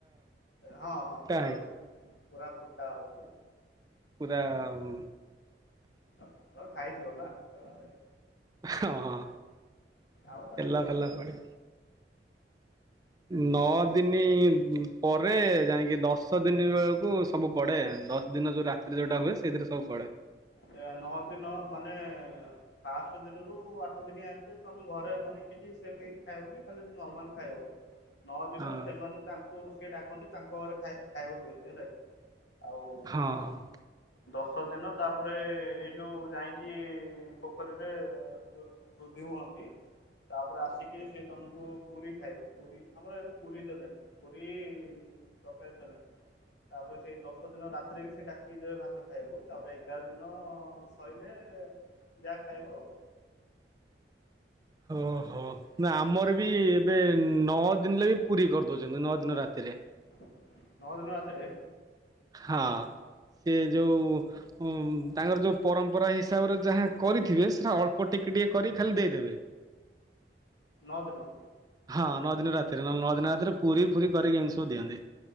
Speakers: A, on the left; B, on the right.
A: ହଁ, ହଁ, ତେଲ
B: ହେଇକି
A: ବି ପକେଇବ। ପୁରା ଫୁଟା ହବ।
B: ପୁରା ଉଁ
A: ତ ତ ଖାଇଯୁଅ ନା। <unintelligible>
B: ହଁ, ହଁ।
A: ଆଉ ତ
B: ତେଲ
A: ଏଇକର
B: ଫେଲ
A: ଅଛି।
B: ପଡି ନଅ
A: କିନ୍ତୁ
B: ଦିନ ପରେ ଯାଇକି ଦଶ ଦିନ ବେଳକୁ ସବୁ ପଡେ। ଦଶ ଦିନ ଯୋଉ ରାତିରେ ଯୋଉଟା ହୁଏ, ସେଇଥିରେ ସବୁ ପଡେ।
A: ଏ ନଅ ଦିନ ମାନେ ଫାଷ୍ଟ ଦିନରୁ ଆଠ ଦିନିଆ ଏତେ ତମେ ଘରେ ମାନେ କିଛି ସେମିତି କିଛି ଖାଇବନି। ଖାଲି ସେଇ ନର୍ମାଲ ଖାଇବ? ନଅ ଦିନ
B: ହଁ
A: ସେମାନେ ତାଙ୍କୁ ସିଏ ଡାକନ୍ତି, ତାଙ୍କ ଘରେ ଖାଇ ଖାଇବାକୁ ଦିଅନ୍ତି। ହେଲା କିି? ଆଉ
B: ହଁ।
A: ଦଶ ଦିନ ତାପରେ ଏଇ ଯୋଉ ଯାଇକି, ପୋଖରୀରେ ଯୋଉ ଶୁଧି ହୁଅନ୍ତି। ତାପରେ ଆସିକି ସିଏ ତମକୁ ପୁରୀ ଖାଇବ, ପୁରୀ ଆମର ଏବେ ପୁରୀ ଦେଲେଣି। ପୁରି ତରକାରୀ ଦେଲେ। ତାପରେ ସେଇ ଦଶ ଦିନ ରାତିରେ ବି ସେ ଡାକିକି ଦେବେ ଭାତ ଖାଇବାକୁ, ତାପରେ ଏଗାର ଦିନ ସରିଲେ ଯାହା ଖାଇବ ଆଉ।
B: ଓ ହୋ। ନା ଆମର ବି ଏବେ ନଅ ଦିନରେ ବି ପୁରି କରିଦଉଛନ୍ତି, ନଅ ଦିନ ରାତିରେ।
A: ନଅ ଦିନ ରାତିରେ?
B: ହଁ, ସେ ଯୋଉ ଉଁ ତାଙ୍କର ଯୋଉ ପରମ୍ପରା ହିସାବରେ ଯାହା କରିଥିବେ, ସେଟା ଅଳ୍ପ ଟିକେ ଟିକେ କରି ଖାଲି ଦେଇଦେବେ।
A: ନଅ ଦିନ।
B: ହଁ, ନଅ ଦିନ ରାତିରେ, ନହେଲେ ନଅ ଦିନ ରାତିରେ ପୁରି ଫୁରି କରିକି ଏମିତି ସବୁ ଦିଅନ୍ତି।